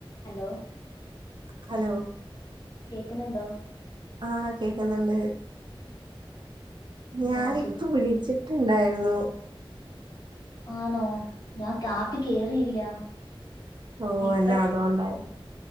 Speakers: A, on the left; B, on the right.
A: Hello
B: hello
A: കേക്കുന്നുണ്ടൊ?
B: ആ കേക്കുന്നുണ്ട്. ഞാനിപ്പം
A: ആഹ് സു
B: വിളിച്ചിട്ട്ണ്ടായിര് രുന്നു
A: ആന്നോ ഞാൻ കാപ്പി കേറിയില്ല
B: ഓ
A: ഞാൻ ഇപ്പഴാ
B: എന്നാ അതോണ്ടായി
A: കേറി